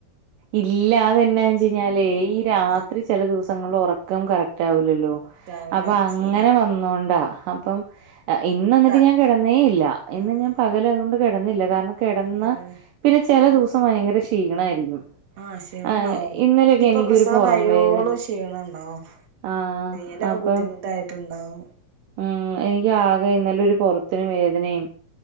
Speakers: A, on the right; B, on the right.
A: ഇല്ലാതന്നാ വച്ച കഴിഞ്ഞല് ഈ രാത്രി
B: അതെ
A: ചില ദിവസങ്ങളിൽ ഉറക്കം കറക്റ്റ് റ്റാവൂലല്ലോ
B: കറക്റ്റ് ആവൂല
A: അപ്പൊ അങ്ങനെ
B: ശരിയാ
A: വന്നോണ്ടാ അപ്പം ഇന്നന്നിട്ട്
B: ത
A: ഞാൻ കിടന്നേ ഇല്ല ഇന്ന്
B: അതെ
A: ഞാൻ പകലതുകൊണ്ട് കിടന്നില്ല കാരണം
B: കിടന്നില്ലേ
A: കിടന്നാ പിന്നെ ചില ദിവസം ഭയങ്കര ക്ഷീണായിരിക്കും
B: ആഹ് ക്ഷീണംണ്ടാവും
A: ആഹ് ഇന്നലെയൊക്കെ
B: ഇനിപ്പ
A: എനിക്കൊരു
B: പ്രസവം
A: പൊറം
B: കഴിയോളും
A: വേദന
B: ക്ഷീണം ഉണ്ടോ
A: ആഹ്
B: ന്തെലൊക്കെ
A: അപ്പം
B: ബുദ്ധിമുട്ടായിട്ടുണ്ടാവും
A: ഉം എനിക്ക് ആകെ ഇന്നലെരു പൊറത്തരു വേദനയും